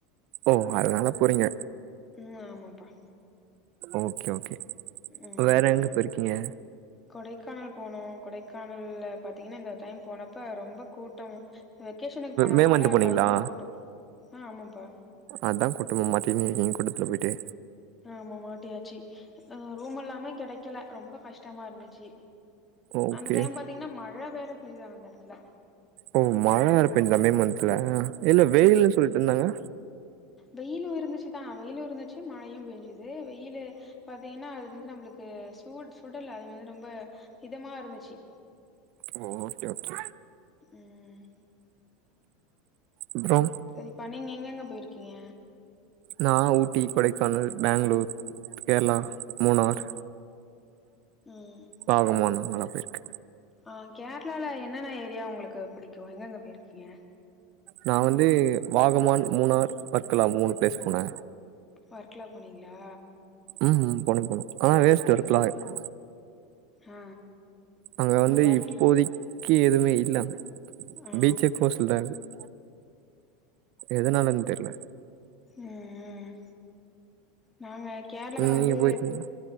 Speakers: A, on the right; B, on the left.
A: ஓ அதுனால போறீங்க
B: ம் ஆமாப்பா
A: ஓகே ஓகே
B: ம்.
A: வேற எங்க போயிருக்கீங்க
B: கொடைக்கானல் போனோ கொடைக்கானல்ல பாத்தீங்கன்னா இந்த டைம் போனப்ப ரொம்ப கூட்டம் வெகேஷனுக்கு போனதுனால
A: மே மந்த் போனீங்களா
B: பயங்கரக் கூட்ட ஆ ஆமாப்பா
A: அதா கூட்டமா மாட்டினு கூட்டத்துல போயிட்டு
B: ஆமா மாட்டியாச்சு ரூம் எல்லாமே கெடைக்கல ரொம்ப கஷ்டமா இருந்துச்சு
A: ஓகே
B: அந்த டைம் பாத்தீங்கன்னா மழ வேற பெயிதுங்க அந்த எடத்ல
A: ஓ மழ வேறப் பேஞ்சுதா மே மன்த்ல இல்ல வெயிலுன் சொல்ட்ருந்தாங்க
B: வெயிலு இருந்துச்சுதா வெயிலு இருந்துச்சு மழையு பேஞ்சுது வெயிலு பாத்தீங்கன்னா அதுல வந்து நம்ளுக்கு சு சுடல்ல அது வந்து ரொம்ப இதமா இருந்துச்சு
A: ஓ ஓகே ஓகே
B: ம்.
A: அப்றோ
B: சரிப்பா நீங்க எங்கங்க போயிருக்கீங்க
A: நா ஊட்டி கொடைக்கானல் பேங்ளூர் கேர்ளா மூனார்
B: ம்
A: வாகமான் நா நல்லா போயிருக்க
B: ஆ கேரளால என்னென்ன ஏரியா உங்களுக்கு பிடிக்கு எங்கெங்க போயிருக்கீங்க
A: நா வந்து வாகமான் மூணார் வர்க்கலா மூணு பிளேஸ் போனே
B: ஒர்க்லா போனீங்களா?
A: ம் போனும் போனு ஆனா
B: சரி,
A: வேஸ்ட்
B: சரி,
A: ஒர்க்குலா
B: சரி.
A: இருக்கு
B: ஆ
A: அங்க வந்து
B: ஆ ஒர்க்கு
A: இப்போதைக்கு எதுமே இல்ல அங்க
B: ஆ.
A: பீச்சே க்ளோஸ்லதா இருக்கு எதனாலன் தெர்ல
B: ம் ம் நாங்க கேரளா
A: நீங்க
B: வந்து
A: போயிருக்கீங்ளா